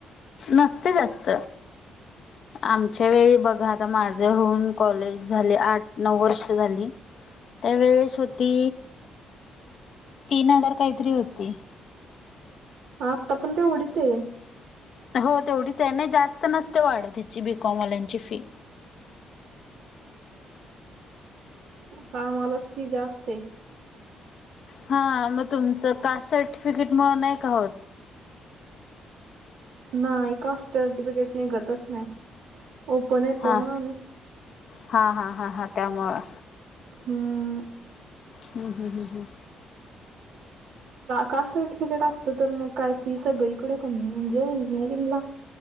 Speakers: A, on the left; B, on the right.
A: नसते जास्त. आमच्या वेळी बघा आता माझे होऊन कॉलेज झाले आठ नऊ वर्ष झाली.
B: ह <unintelligible> <inaudible>
A: त्या वेळेस होती. तीन हजार काहीतरी होती.
B: मग आत्ता पण तेवढीच आहे.
A: हो तेवढीच आहे नाही जास्त नसते वाढत ह्याची बीकॉम वाल्यांची फी.
B: खूप कामालाच फी जास्ते.
A: हा मग तुमचं कास्ट सर्टिफिकेट मुळ नाही का होत?
B: नाही कास्ट सर्टिफिकेट निघतच नाही ओपन येतो
A: हा
B: ना आम्ही.
A: हा हा हा हा त्यामुळ.
B: हम्म.
A: हम् हम् हम् हम्.
B: कास्ट सर्टिफिकेट असतं तर मग काय फी सगळीकड कमी म्हणजे इंजिनिअरिंगला